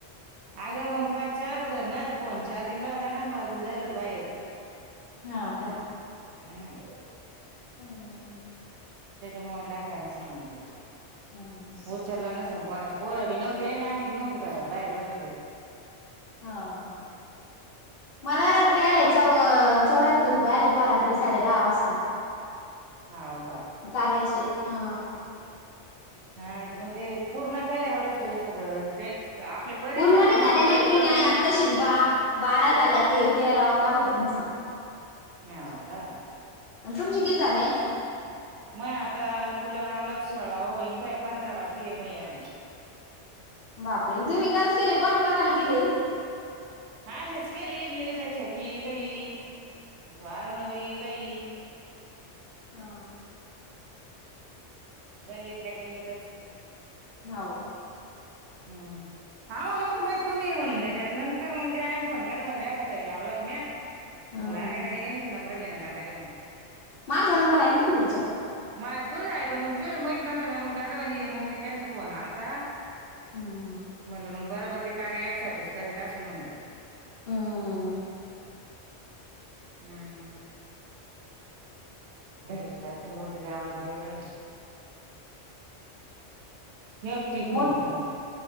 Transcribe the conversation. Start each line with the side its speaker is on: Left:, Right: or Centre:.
Right: अगं मग पाचच्या आधो घर ना आ फोन चार्जिंग लावताना बाजूला जायल होत बाहेर.
Left: हा आ का.
Right: हम्म.
Left: हम्
Right: त्याच्यामुळे लागला नसल म्हणतो
Left: हम्म.
Right: उचलला न सांगतो. कोणास पोरा बी नव्हते आणि आमही बी नव्हतो घरात बाहेर बसल होतो.
Left: ह मला रात्री आले च चौ. रुपया आली पहा रात्री साडे दहा वाजता.
Right: हाव का
Left: करायचे हा.
Right: हा तर मग ते पूर्ण केल्यावरच बाई सगळं ते आपल्या परीक्षा
Left: पूर्ण नाही
Right: वाणीच
Left: झाले
Right: ते
Left: नाही
Right: पेपर
Left: की नाहीय
Right: वाणी
Left: आता शिकवा. बारा झाले आता यतीरावा कॉल आहे तुमचा..
Right: ह हो का.
Left: आणि तुमचे किती झाले?
Right: मग आता तुला लावलंच. सोळा होईन पाय पंधरा बाकी आहे म.
Left: बापरे एक जु ग केले कोण कोणाल केले
Right: च केले ल दचे की कही वार न वई कही
Left: हा
Right: गल्लीतल्या गल्लीतच
Left: ह
Right: हम हा म्हणलवत मा तुम्ही म्हणून त्याच्यात नंतर मग ज्याने फोन केला म्हख तई लावलात मी मग
Left: हम्म
Right: लारे
Left: हम्म हम्म
Right: गाडी घेनचे नम्र घेण्या लागा ते मग
Left: माझा नंबर आहे ना तुमच्या ह्याच्यात
Right: मा तूच आहे पण मग तू माहित न्हताना मग दादा आणि मम्मी त्यांचा फोन आलता
Left: हम्म.
Right: म्हणल मग बरोबर ते कार्य अप साठीच करीत असं म्हणल
Left: हम्म
Right: हम्म धरीचला मोठरी गावाली येव आ <unintelligible> या टिप दू
Left: मोट
Right: घड आप